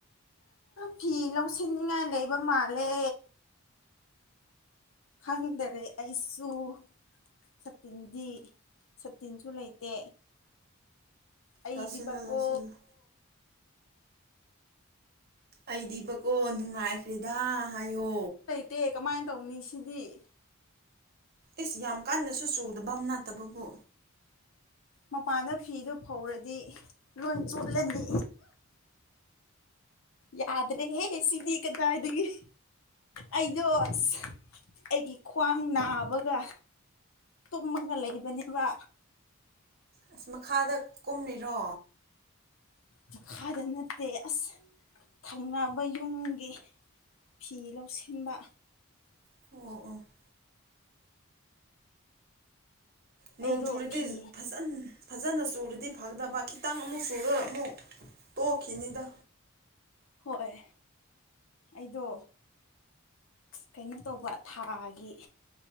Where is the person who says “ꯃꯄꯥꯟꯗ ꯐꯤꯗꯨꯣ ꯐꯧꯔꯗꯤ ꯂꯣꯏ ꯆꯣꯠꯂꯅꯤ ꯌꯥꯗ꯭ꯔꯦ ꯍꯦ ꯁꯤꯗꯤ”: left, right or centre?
Left